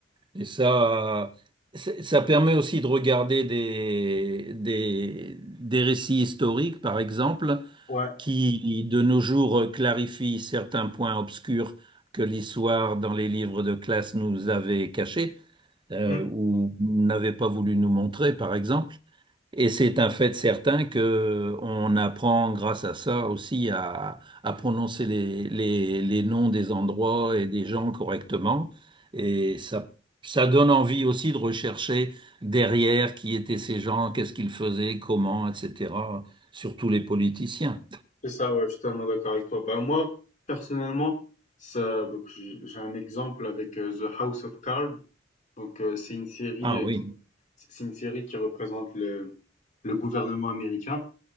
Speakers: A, on the right; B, on the left.
A: oui. Et ça, c'est- ça permet aussi de regarder des, des, des récits historiques, par exemple,
B: Ouais,
A: qui de nos jours clarifie certains points obscurs que l'histoire dans les livres de classe nous avait cachés euh,
B: mmh,
A: ou n'avait pas voulu nous montrer, par exemple. Et c'est un fait certain que on apprend grâce à ça aussi à, à prononcer les, les- les noms des endroits et des gens correctement. Et ça, ça donne envie aussi de rechercher derrière qui étaient ces gens, qu'est-ce qu'ils faisaient, comment, etc., surtout les politiciens.
B: c'est ça, ouais, je suis totalement d'accord avec toi. Bah, moi, personnellement, ça, donc, j'ai j'ai un exemple avec euh, The House of Cards. Donc, euh, c'est une série,
A: Ah
B: euh,
A: oui.
B: qui- c'est une série qui représente le, le gouvernement américain.